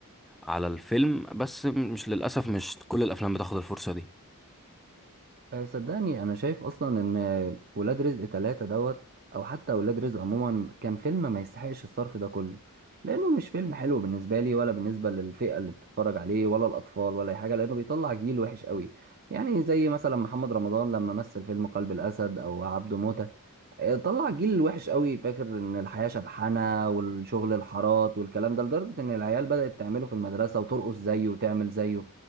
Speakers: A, in the centre; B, on the right.
A: على الفيلم بس مش للاسف مش كل الافلام بتاخد الفرصه دي
B: أه، صدقني انا شايف اصلا ان ولاد رزق ثلاثة دوت او حتى ولاد رزق عموما كان فيلم ما يستحقش الصرف ده كله لانه مش فيلم حلو بالنسبة لي ولا بالنسبة للفئة اللي بتتفرج عليه ولا الاطفال ولا اي حاجة لانه بيطلع جيل وحش قوي يعني زي مثلا محمد رمضان لما مثل فيلم قلب الاسد او عبده موتة آه، طلع جيل وحش قوي فاكر ان الحياة شبحانة والشغل الحارات والكلام ده لدرجة ان العيال بدأت تعمله في المدرسة وترقص زيه وتعمل زيه